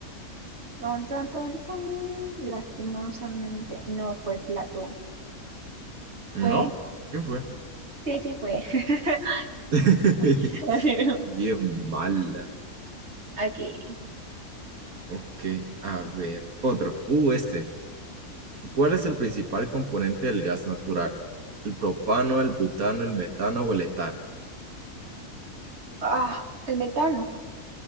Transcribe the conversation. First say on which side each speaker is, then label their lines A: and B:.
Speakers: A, on the right; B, on the right.
A: Ton, ton, ton, ton. Lastimosamente no fue Platón.
B: ¿No?
A: Fue,
B: ¿Quién fue?
A: sí, sí fue. <laughs>
B: <laughs>
A: <laughs>
B: Bien mala.
A: Aquí.
B: Ok, a ver. Otro. Uh, este. ¿Cuál es el principal componente del gas natural? ¿El propano, el butano, el metano o el etano?
A: Ah, el metano.